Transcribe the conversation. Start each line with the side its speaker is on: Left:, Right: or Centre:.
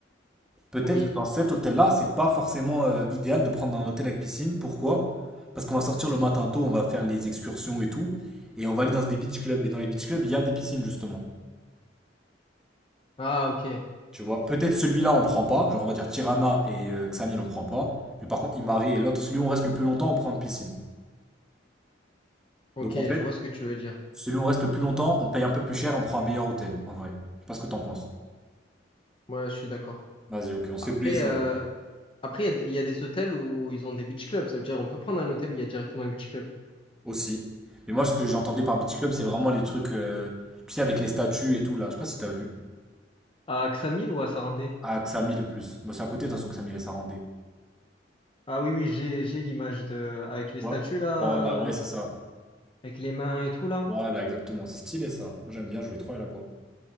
Centre: Peut-être
Left: Oui.
Centre: que dans cet hôtel-là, c'est pas forcément euh, idéal de prendre un hôtel avec piscine. Pourquoi? Parce qu'on va sortir le matin tôt, on va faire les excursions et tout. Et on va aller dans des beach clubs. Et dans les beach clubs, il y a des piscines, justement.
Left: Ah, ok,
Centre: Tu vois, peut-être celui-là, on prend pas. Genre, on va dire Tirana et euh, Ksamil, on prend pas. Mais par contre, Imare et l'autre, celui où on reste le plus longtemps, on prend une piscine.
Left: ok,
Centre: Donc en fait,
Left: je vois ce que tu veux dire.
Centre: Celui où on reste le plus longtemps, on paye un peu plus cher, on prend un meilleur hôtel, en vrai. Je sais pas ce que t'en penses.
Left: Moi, je suis d'accord.
Centre: Vas-y, ok, on se
Left: Après,
Centre: fait plaisir.
Left: euh, Après, il y a des, il y a des hôtels où ils ont des beach clubs. Ça veut dire on peut prendre un hôtel où il y a directement un beach club.
Centre: Aussi. Mais moi, ce que j'entendais par Beach Club, c'est vraiment les trucs, euh, tu sais, avec les statues et tout, là. Je sais pas si t'as vu.
Left: À Ksamil ou à Sarandé?
Centre: À Xamil, le plus. Bon, c'est à côté, de toute façon, Xamil et Sarandé.
Left: Ah oui, oui, j'ai, j'ai l'image de, avec
Centre: Tu
Left: les
Centre: vois?
Left: statues là,
Centre: Voilà, ouais,
Left: euh,
Centre: c'est ça.
Left: avec les mains et tout là.
Centre: Voilà, exactement. C'est stylé, ça. Moi, j'aime bien jouer trop aller là-bas.